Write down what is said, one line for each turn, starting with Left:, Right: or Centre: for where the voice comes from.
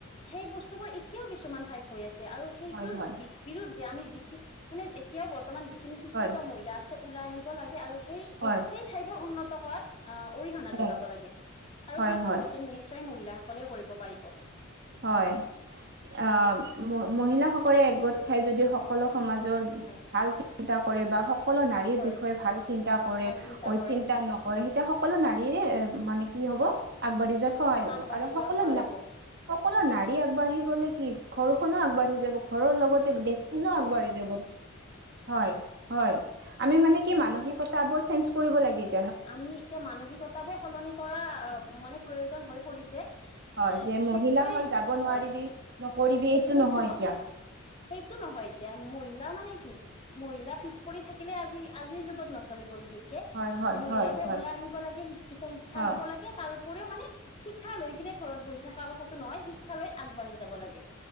Left: সেই বস্তু বোৰ এতিয়াও কিছুমান ঠাইত হৈ আছে আৰু সেইটোৰ
Right: হয় হয়
Left: বি যে আমি যিখিনি মানে এতিয়াও বৰ্তমান যিখিনি শিক্ষিত
Right: হয়
Left: মহিলা আছে ওলাই আহিব লাগে আৰু সেই
Right: হয়
Left: সেই ঠাইবোৰ উন্নত কৰাত অহ অৰিহণা
Right: হয়
Left: যোগাব লাগে আৰু
Right: হয়
Left: সেইটো
Right: হয়
Left: হয়তো নিশ্চয় মহিলাসকলেও কৰিব পাৰিব।
Right: হয় অ মহিলাসকলে একগোট খাই যদি সকলো সমাজৰ
Left: হয়
Right: ভাল চিন্তা কৰে বা সকলো
Left: কৰে
Right: নাৰীৰ বিষয়ে ভাল চিন্তা কৰে
Left: ভাল
Right: অ হিত
Left: কৰে
Right: চিন্তা নকৰে সেই এতিয়া সকলো নাৰীৰে মানে কি হব। আগবাঢ়ি যোৱাত সহায় হ'ব
Left: আগবাঢ়ি
Right: আৰু সকলো
Left: যোৱাত সহায়
Right: না
Left: হ'ব
Right: সকলো নাৰী আগবাঢ়ি গ'লে কি ঘৰখনো আগবাঢ়ি যাব। ঘৰৰ লগতে দেশখনো আগবাঢ়ি যাব হয়। হয় আমি মানে কি মানসিকতা বোৰ চেঞ্জ কৰিব লাগিল।
Left: আমি এতিয়া মানসিকতাবোৰ সলনি কৰা মানে প্ৰয়োজন হৈ পৰিছে। এ
Right: হয় যে
Left: বিশেষকৈ
Right: মহিলা হল যাব নোৱাৰিবি
Left: হয়।
Right: নকৰিবি
Left: সেইটো
Right: এইটো
Left: সেইটো
Right: এতিয়া
Left: নহয়। সেইটো নহয় এতিয়া মহিলা মানে কি মহিলা পিছ পৰি থাকিলে আজি আজিৰ যুগত নচলিব বিশেষ কে
Right: হয় হয়
Left: মহিলাবোৰ
Right: হয় হয়
Left: ওলাই আহিব লাগে শিক্ষিত শিক্ষা
Right: হয়
Left: লব লাগে। তা তাৰ উপৰিও মানে শিক্ষা লৈ কিনে ঘৰত বহি থকা কথাটো নহয় শিক্ষা লৈ আগবাঢ়ি যাব লাগে।